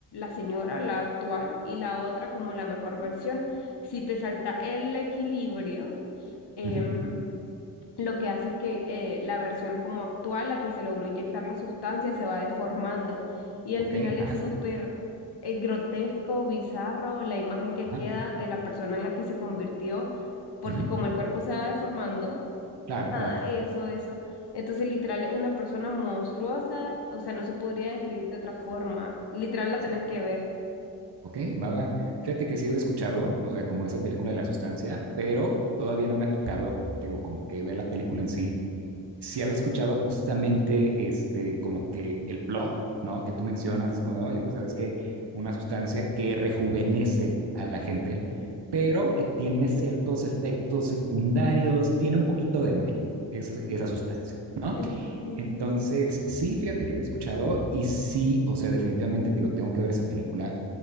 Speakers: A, on the left; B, on the right.
A: señora, la actual, y la otra como la mejor versión. Si te salta el equilibrio, em,
B: ujú,
A: lo que hace es que eh, la versión como actual, la que se logró inyectar la sustancia, se va deformando. Y al
B: ok,
A: final es
B: ajá,
A: súper eh, grotesco, bizarro, la imagen que
B: ajá,
A: queda de la persona en la que se convirtió, porque
B: ujú,
A: como el cuerpo se va deformando,
B: claro,
A: nada,
B: claro,
A: eso, eso. Entonces, literal, es una persona monstruosa, o sea, no se podría describir de otra forma.
B: ajá,
A: Literal, la
B: sí,
A: tenés que ver.
B: Ok, va, va. Fíjate que sí había escuchado, o sea, como esa película de la sustancia, pero todavía no me ha tocado, digo, como que ver la película en sí. Sí había escuchado justamente, este, como que el plot, ¿no? Que tú mencionas, así como, de, oye, pues sabes que una sustancia que rejuvenece a la gente, pero que tiene ciertos efectos secundarios, tiene un poquito de maña, esa, esa sustancia, ¿no?
A: Este
B: Entonces, sí, fíjate que había escuchado y sí, o sea, definitivamente, tío, tengo que ver esa película.